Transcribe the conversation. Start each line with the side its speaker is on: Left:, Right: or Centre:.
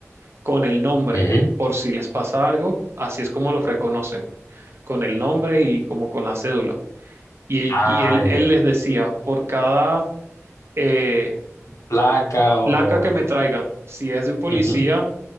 Right: con el nombre,
Left: Ujú.
Right: por si les pasa algo, así es como los reconocen, con el nombre y como con la cédula. Y, él,
Left: Ah,
Right: y él- él
Left: ya.
Right: les decía, por cada eh,
Left: Placa o...
Right: placa que me traigan, si es de un policía,
Left: Ujú.